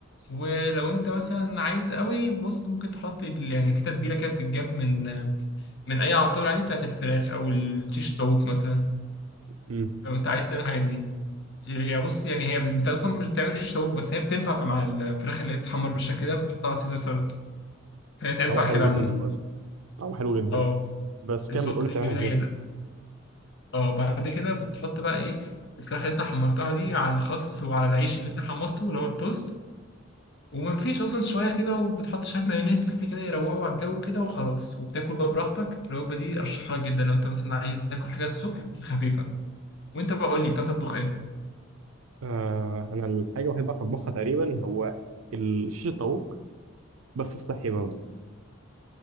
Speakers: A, on the left; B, on the right.
A: ولو انت مثلا عايز قوي بص ممكن تحط ال- يعني في تتبيله كده بتتجاب من من اي عطار عادي بتاعت الفراخ او الشيش طاووق مثلا
B: مم.
A: لو انت عايز تعمل الحاجات دي هي بص يعني هي انت اصلا مش بتعمل شيش طاووق بس هي بتنفع في مع الفراخ اللي هي بتتحمر بالشكل ده بتحطها على سيزر سالاد فهي تنفع
B: طعمها حلو
A: كده عموما
B: جدا بالمناسبه طعمها حلو جدا
A: اه
B: بس كمل
A: الخلطه
B: قول لي
A: دي
B: بتعملها
A: جميله
B: ازاي
A: جدا اه بعد كده بتحط بقى ايه الفراخ اللي انت حمرتها دي على الخس وعلى العيش اللي انت حمصته اللي هو التوست ومفيش اصلا شويه كده وبتحط شويه مايونيز بس كده يروقوا على الجو كده وخلاص وبتاكل بقى براحتك الوجبه دي ارشحها لك جدا لو انت مثلا عايز تاكل حاجه الصبح وتكون خفيفه وانت بقى قول لي بتعرف تطبخ ايه
B: آه انا الحاجه الوحيده اللي بعرف اطبخها تقريبا هو ال- شيش الطاووق بس الصحي برضه